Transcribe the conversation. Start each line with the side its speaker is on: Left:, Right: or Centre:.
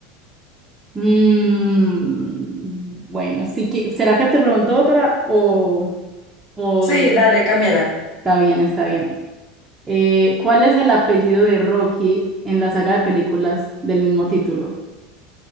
Right: Mm, bueno, sí que, ¿será que te pregunto otra o, o
Left: Sí, dale, Camila.
Right: está bien, está bien? Eh, ¿cuál es el apellido de Rocky en la saga de películas del mismo título?